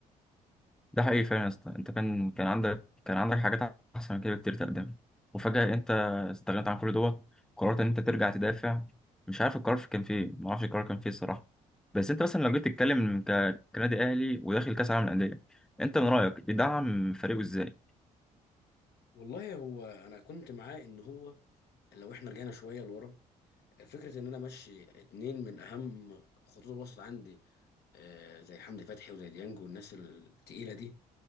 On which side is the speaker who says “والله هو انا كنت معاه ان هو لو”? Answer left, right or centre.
Left